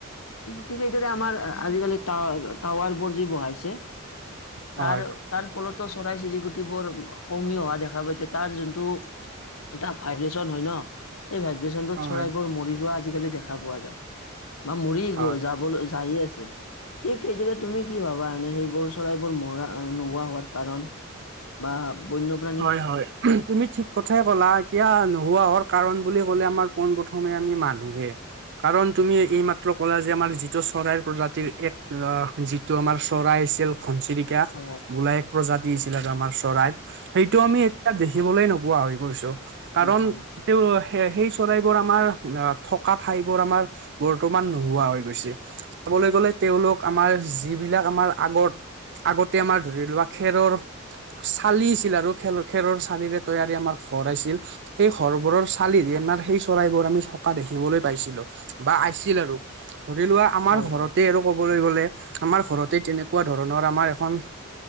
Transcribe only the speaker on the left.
ঠিক এইদৰে আমাৰ আজিকালি টাৱ-টাৱাৰবোৰ যে বহাইছে
তৰ-তাৰ ফলত ত, চৰাই চিৰিকতিবোৰ কমি অহা দেখা পাইছোঁ। তাৰ যুনটো এটা ভাই পিছত হয় ন, এই ভাইব্ৰেচনটো
চৰাইবোৰ মৰি যোৱা আজিকালি দেখা পোৱা যায়। বা মৰি গৈ
যাবলৈ যায়ে আছে। ঠিক সেইটো তুমি কি ভাবা, এনে সেইবোৰ চৰাইবোৰ মৰা নোহোৱা হোৱাৰ কাৰণ? বা বন্যপ্ৰাণী
হয় হয়
নাপাওঁ নাপাওঁ
<inaudible>
হয়
হয়